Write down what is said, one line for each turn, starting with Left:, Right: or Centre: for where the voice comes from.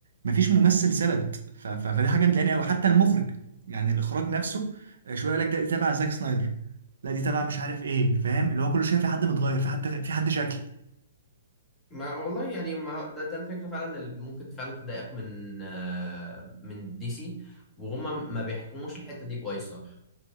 Right: مفيش ممثل ثبت ف... ف... فدي حاجة مضايقاني أوي حتى المخرج يعني الإخراج نفسه آه، شوية يقول لك ده دي تبع زاك سنايدر لا دي تبع مش عارف إيه فاهم اللي هو كل شوية في حد متغير في حد في حد شكل
Left: ما والله يعني ما ده ده الفكره فعلا اللي ممكن فعلا تضايقك من آه من دي سي وهم ما بيحكموش الحته دي كويس صراحه